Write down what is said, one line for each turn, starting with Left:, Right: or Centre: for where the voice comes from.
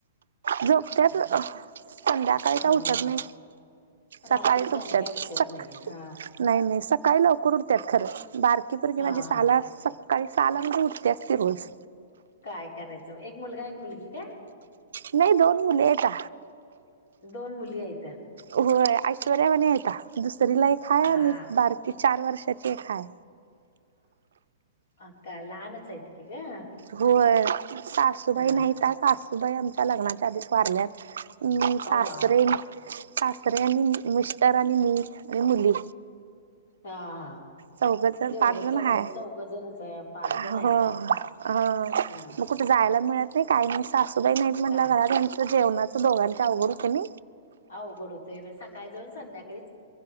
Right: झोपत्यात संध्याकाळी
Left: अ
Right: काय उठत नाही.
Left: रात्रीच
Right: सकाळीच उठत्यात.
Left: आणि काय उठत
Right: सक्
Left: नाही हा
Right: नाही नाही सकाळी लवकर उठत्यात खरं, बारकी पुरगी
Left: हा
Right: माझी सहा
Left: हा
Right: ला, सकाळी साला म्हणजे उठत्याच ती रोज.
Left: काय करायचं एक मुलगा एक मुलगी काय?
Right: नाही दोन मुले हायता
Left: दोन मुली आहेत.
Right: होय ऐश्वर्यावाणी आहेता दुसरीला, एक हाय
Left: हा
Right: बारकी, चार वर्षाची एक हाय.
Left: अका लहानचं हायत की. का
Right: होय सासूबाई
Left: हा
Right: नाहीत, सासूबाई आमच्या लग्नाच्या आधीच वारल्यात. हम सासरे,
Left: अव्वा
Right: सासरे आणि मिस्तर, आणि मी आणि मुली,
Left: हा हा
Right: चौघजण
Left: तेवढं
Right: पाच जण
Left: चौघ
Right: हाय
Left: चौघ जणच पाच जण
Right: हो
Left: आहे.
Right: हो
Left: स हा
Right: मग कुठे जायला मिळत नाही, काही मी सासूबाई नाहीत म्हटलं
Left: काय
Right: घरात त्यांचं जेवणाचं दोघांचे अवघड होते. नी
Left: अवघड होतोय म्हज सकाळी जाऊन संध्याकाळी,